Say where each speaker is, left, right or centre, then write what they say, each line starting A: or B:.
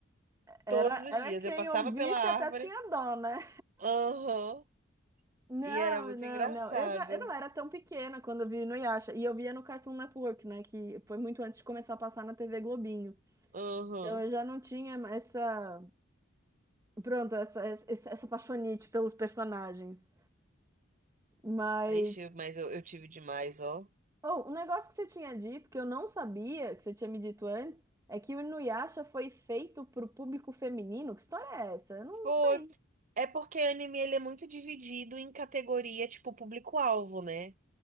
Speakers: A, on the right; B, on the right.
A: Era,
B: todos os
A: era
B: dias
A: quem
B: eu passava
A: ouvisse
B: pela árvore,
A: até tinha dó, né?
B: aham,
A: Não,
B: e era muito
A: não,
B: engraçado,
A: não. Eu já, eu não era tão pequena quando eu vi no Yasha. E eu via no Cartoon Network, né? Que foi muito antes de começar a passar na TV Globinho.
B: aham.
A: Então eu já não tinha essa. Pronto, essa, essa, essa paixonite pelos personagens. Mas.
B: Aí, mas eu, eu tive demais, ó.
A: Oh, um negócio que você tinha dito, que eu não sabia, que você tinha me dito antes, é que o Inuyasha foi feito pro público feminino. Que história é essa? Eu não
B: Foi
A: sei.
B: É porque anime ele é muito dividido em categoria, tipo, público-alvo, né?